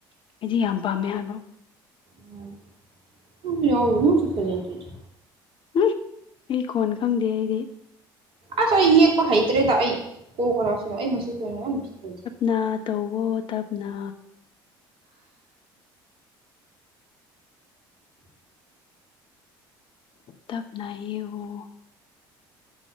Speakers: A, on the left; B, on the right.
A: ꯑꯩꯗꯤ ꯌꯥꯝ ꯄꯥꯝꯃꯦ ꯍꯥꯏꯕ
B: <unintelligible> ꯑꯗꯨꯝ ꯌꯥꯎꯋꯦ ꯅꯪꯁꯨ ꯐꯖꯩꯗꯨꯗꯤ
A: <unintelligible> ꯑꯩ ꯈꯣꯟ ꯈꯪꯗꯦ ꯑꯩꯗꯤ
B: ꯑꯁ ꯑꯩ ꯌꯦꯛꯄ ꯍꯩꯇ꯭ꯔꯦꯗ ꯑꯩ ꯀꯣꯛꯀꯣ ꯀꯣꯂꯥꯁꯦ ꯑꯩ ꯉꯁꯤ ꯀꯩꯅꯣ ꯌꯥꯝ__ <unintelligible>
A: ꯅꯥ ꯇꯧꯕ꯭ꯔꯣ ꯇꯞꯅ ꯇꯞꯅ ꯌꯦꯛꯑꯣ